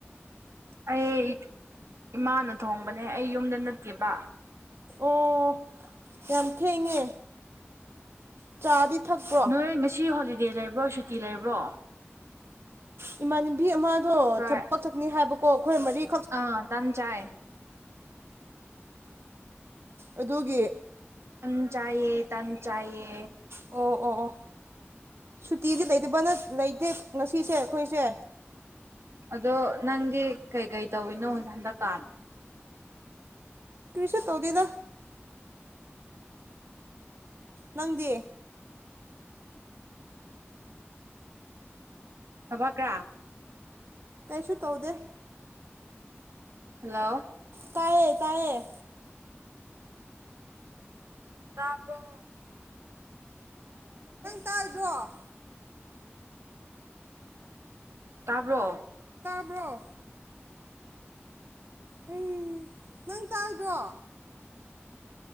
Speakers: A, on the right (about 80°); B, on the right (about 60°).
A: ꯑꯩ ꯏꯃꯥꯅ ꯊꯣꯡꯕꯅꯦ ꯑꯩ ꯌꯨꯝꯗ ꯅꯠꯇꯦꯕ
B: ꯑꯣ ꯌꯥꯝ ꯊꯦꯡꯉꯦ ꯆꯥꯗꯤ ꯊꯛ <unintelligible>
A: ꯅꯣꯏ ꯉꯁꯤ ꯍꯣꯂꯤꯗꯦ ꯂꯩꯕ꯭ꯔꯣ ꯁꯨꯇꯤ ꯂꯩꯕ꯭ꯔꯣ
B: ꯏꯃꯥꯟꯅꯕꯤ ꯑꯃꯗꯣ
A: ꯍꯣꯏ
B: ꯊꯕꯛꯆꯛꯅꯤ ꯍꯥꯏꯕꯀꯣ ꯈꯣꯏ ꯃꯔꯤ
A: ꯑꯥ ꯇꯝ ꯆꯥꯏ
B: ꯑꯗꯨꯒꯤ
A: ꯇꯟ ꯆꯥꯌꯦ ꯇꯟ ꯆꯥꯏꯌꯦ
B: ꯑꯣ ꯑꯣ ꯑꯣ ꯁꯨꯇꯤꯁꯦ ꯂꯩꯇꯕꯅꯠ ꯂꯩꯇꯦ ꯉꯁꯤꯁꯦ ꯑꯩꯈꯣꯏꯁꯦ
A: ꯑꯗꯣ ꯅꯪꯗꯤ ꯀꯩꯀꯩ ꯇꯧꯋꯤꯅꯣ ꯍꯟꯗꯛꯀꯥꯟ
B: ꯀ꯭ꯔꯤꯁꯨ ꯇꯧꯗꯦꯗꯥ ꯅꯪꯗꯤ
A: ꯊꯕꯛ ꯀꯥ
B: ꯀꯩꯁꯨ ꯇꯧꯗꯦ
A: ꯍꯜꯂꯣ
B: ꯇꯥꯏꯌꯦ ꯇꯥꯏꯌꯦ
A: ꯇꯕꯔꯣ
B: ꯇꯥꯗꯔꯣ
A: ꯇꯥꯕ꯭ꯔꯣ
B: ꯕꯔꯣ ꯑꯩ ꯅꯪ ꯇꯥꯗꯔꯣ